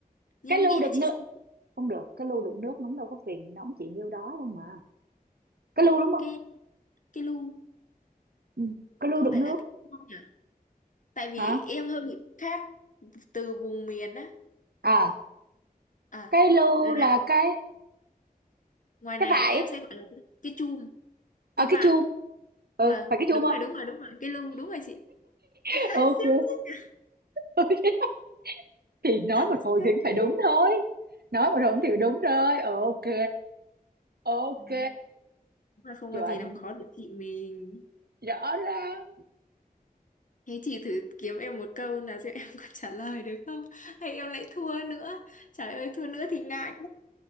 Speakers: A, on the left; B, on the right.
A: nhưng
B: cái lu
A: em nghĩ
B: đựng
A: là chị
B: nước
A: sẽ biết
B: không được cái lu đựng nước nóng đâu có phiền nóng chỉ nhiêu đó thôi mà cái lu đúng không
A: cái cái lu
B: ừ. cái lu
A: có
B: đựng
A: phải
B: nước
A: là cái không nhỉ tại vì
B: hả
A: em hơi bị khác từ vùng miền á
B: à
A: à
B: cái lu
A: là
B: là cái
A: ngoài
B: cái
A: này
B: vải
A: em sẽ gọi là cái cái chum
B: ở
A: đi vạ
B: cái chum ừ
A: vâng
B: phải cái chum
A: đúng
B: không
A: rồi đúng rồi đúng rồi cái lu đúng rồi chị <laughs> Há,
B: <laughs> ok
A: siêu thích nhỉ?
B: <laughs> thì nói một
A: Siêu
B: hồi thì cũng
A: thích.
B: phải đúng thôi nói một
A: đấy
B: hồi thì đúng rồi ok ok
A: ờ, đúng là không
B: chuẩn
A: có gì làm khó được chị mình
B: rõ ràng
A: thế chị thử kiếm em một câu là xem em có trả lời được không hay em lại thua nữa trời ơi thua nữa thì ngại lắm